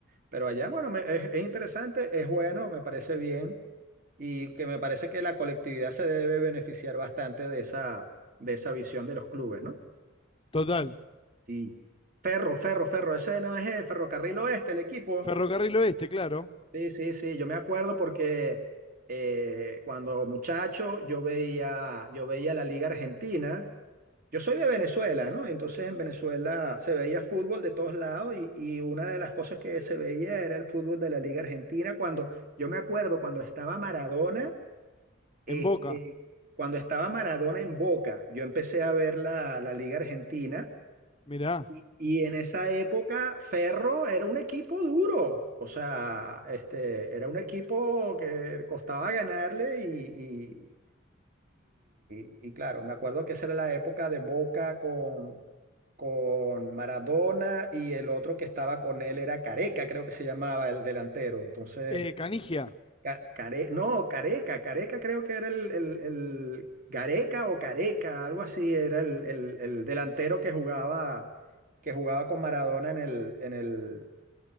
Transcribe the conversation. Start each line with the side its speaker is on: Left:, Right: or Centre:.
Right: Pero allá, bueno, me- es, es interesante, es bueno, me parece bien y que me parece que la colectividad se debe beneficiar bastante de esa, de esa visión de los clubes, ¿no?
Left: total.
Right: Sí. Ferro, Ferro, Ferro, ese no es el Ferrocarril Oeste, el equipo.
Left: Ferrocarril Oeste, claro.
Right: Sí, sí, sí, yo me acuerdo porque eh, cuando muchacho yo veía, yo veía la Liga Argentina. Yo soy de Venezuela, ¿no? Entonces en Venezuela se veía fútbol de todos lados y, y una de las cosas que se veía era el fútbol de la Liga Argentina. Cuando yo me acuerdo cuando estaba Maradona, este,
Left: En Boca.
Right: cuando estaba Maradona en Boca, yo empecé a ver la, la Liga Argentina
Left: Mirá.
Right: y, y en esa época, Ferro era un equipo duro. O sea, este, era un equipo que costaba ganarle y, y, y, y claro, me acuerdo que esa era la época de Boca con, con Maradona y el otro que estaba con él era Careca, creo que se llamaba el delantero. Entonces,
Left: Eh, Canigia.
Right: Ca- Care, no, Careca, Careca creo que era el, el, el- Gareca o Careca, algo así, era el, el- el delantero que jugaba, que jugaba con Maradona en el, en el,